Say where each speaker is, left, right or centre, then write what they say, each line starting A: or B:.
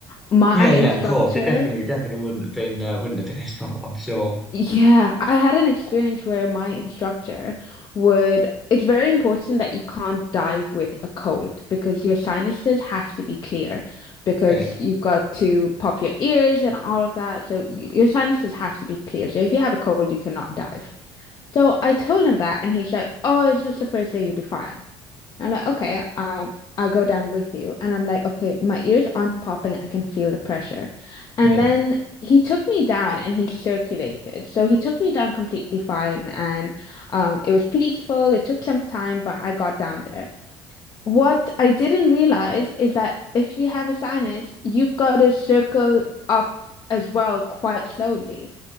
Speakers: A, on the left; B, in the centre.
A: my
B: yeah,
A: instructor
B: yeah. Of course, it definitely definitely wouldn't have been uh, wouldn't have been <laughs> his fault. I'm sure.
A: yeah, I had an experience where my instructor would, it's very important that you can't dive with a cold because your sinuses have to be clear because
B: Okay.
A: you've got to pop your ears and all of that. So y your sinuses have to be clear. So if you have a cold, you cannot dive. So I told him that and he's like, "Oh, it's just the first day, you'll be fine." I'm like, okay, um, I'll go down with you. And I'm like, okay, my ears aren't popping. I can feel the pressure. And
B: Yeah.
A: then he took me down and he circulated. So he took me down completely fine. And um, it was peaceful. It took some time, but I got down there. What I didn't realize is that if you have a sinus, you've got to circle up as well quite slowly.